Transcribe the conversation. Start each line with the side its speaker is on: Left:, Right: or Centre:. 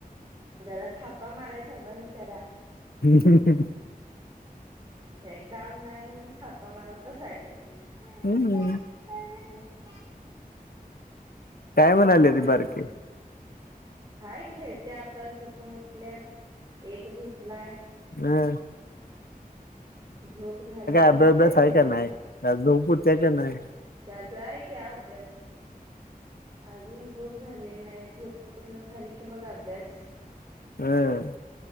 Right: जरा थापा मारायच बंद करा.
Left: हं हं हं
Right: काय काम नाही म्हणून थापा मारत बसायचं ते.
Left: हम्म.
Right: <unintelligible>
Left: काय म्हणाल्या ती
Right: आम
Left: बारकी?
Right: हाय खेळत्या आत्ता झोपून उठल्या, एक झोपलाय.
Left: हां.
Right: झोप झाली की मग
Left: अभ्यास बिभ्यास
Right: खेळती
Left: आहे
Right: चांगली.
Left: का नाही काय झोप होत्या की नाही?
Right: त्याचा आहे की अभ्यास. अजून झोप झालेली नाही, झोप पूर्ण झाली की मग अभ्यास.
Left: हम्म.